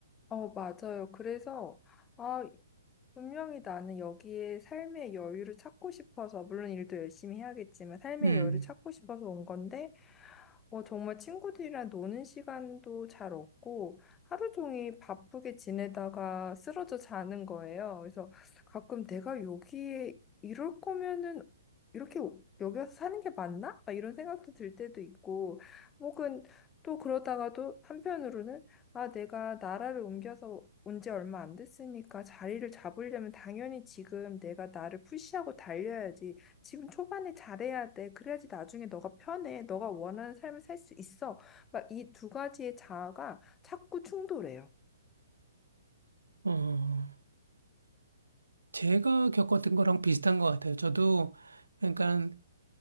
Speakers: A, on the left (about 15°); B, on the right (about 80°).
A: 어, 맞아요. 그래서, 아, 분명히 나는 여기에 삶의 여유를 찾고 싶어서, 물론 일도 열심히 해야겠지만, 삶의
B: 음.
A: 여유를 찾고 싶어서 온 건데, 어, 정말 친구들이랑 노는 시간도 잘 없고, 하루 종일 바쁘게 지내다가 쓰러져 자는 거예요. 그래서 가끔 내가 여기에 이럴 거면은 이렇게 여기 와서 사는 게 맞나? 막 이런 생각도 들 때도 있고, 혹은 또 그러다가도 한편으로는 아, 내가 나라를 옮겨서 온지 얼마 안 됐으니까 자리를 잡으려면 당연히 지금 내가 나를 푸시하고 달려야지. 지금 초반에 잘해야 돼. 그래야지 나중에 너가 편해. 너가 원하는 삶을 살 수 있어. 막 이 두 가지의 자아가 자꾸 충돌해요.
B: 어, 제가 겪었던 거랑 비슷한 것 같아요. 저도 그러니까